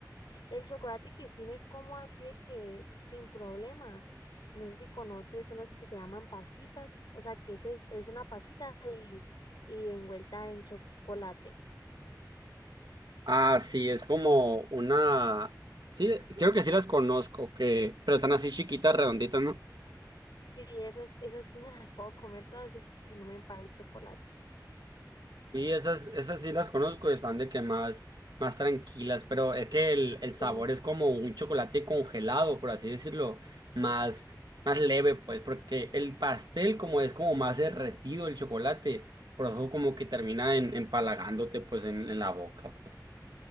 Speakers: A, on the left; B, on the right.
A: El chocolate que sí me como así de que sin problema. No sé si conoces unos que se llaman pasitas, o sea, que ese es una pasita y, y envuelta en chocolate.
B: Ah, sí, es como una... Sí, creo que sí las conozco, que... pero están así chiquitas, redonditas, ¿no?
A: Sí, esas, esas sí me <laughs> las puedo comer todas y y no me empal el chocolate.
B: Y esas, esas sí las conozco, están de que más, más tranquilas, pero es que el, el
A: Sí,
B: sabor es como un chocolate congelado, por así decirlo, más, más leve, pues, porque el pastel como es como más derretido el chocolate, por eso como que termina en, empalagándote pues en, en la boca, pues.